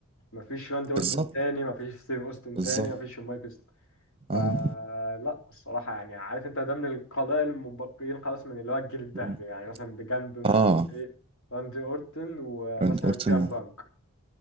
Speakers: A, on the left; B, on the right.
A: ما فيش راندي أورتون
B: بالظبط
A: تاني ما فيش ستيف أوستن
B: بالظبط
A: تاني ما فيش شون مايكلز فلا
B: اه
A: الصراحة يعني عارف أنت ده من القلائل المبقيين خلاص من اللي هو الجيل الذهبي
B: مم.
A: يعني مثلا بجنب مثلا
B: اه
A: إيه راندي أورتون ومثلا
B: راندي اورتن
A: سي أم
B: و-
A: بانك